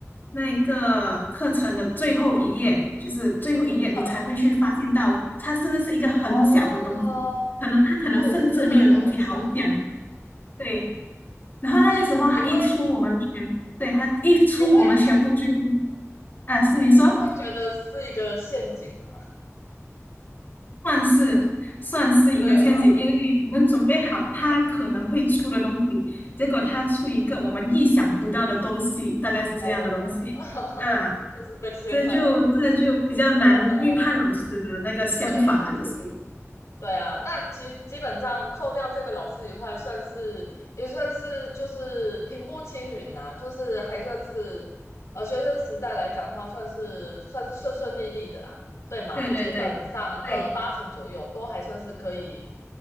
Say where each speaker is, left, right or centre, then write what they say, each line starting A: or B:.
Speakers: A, on the left; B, on the left.
A: 那个课程的最后一页，就是最后一页你才会去发现到，
B: 嗯。
A: 它真的是一个很小的东西，
B: 哦，
A: 可能它可能甚至没有东西好讲，
B: 那也是真的是很小，
A: 对。然后那个时候他一出，
B: 所以是不你会
A: 我们全，对，他一出，
B: 你会
A: 我们全部就，啊，是你说，
B: 你会觉得是一个陷阱吗？
A: 算是算是一个陷阱，
B: 对吗？
A: 因为你们准备好他可能会出的东西，结果他出一个我们意想不到的东西，大概是这样的东西，
B: 哦，我懂了，<laughs>
A: 啊，
B: 就是被陷害了。
A: 这就这就比较难预判老师的那个想法了，
B: 我懂，我懂。对，这次
A: 有时候，
B: 对啊，那其实基本上扣掉这个老师以外，算是也算是就是平步青云呐、就是还算是呃学生时代来讲的话，算是算是顺顺利利的啦，对吗？
A: 对对对对
B: 基本上呃八成左右都还算是可以